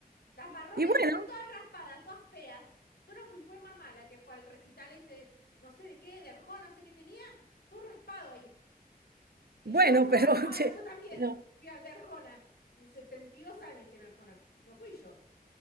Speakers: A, on the left; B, on the right.
A: Las marrones
B: Y bueno,
A: están todas raspadas, todas feas. Yo no fui, fue mamá la que fue al recital ese, no sé de qué, de Arjona, no sé qué tenía. Todo raspado ahí. Y
B: bueno,
A: yo soy,
B: pero
A: ahora
B: <laughs> che,
A: yo también
B: no,
A: fui al de Arjona. Y 72 años tiene Arjona. No fui yo.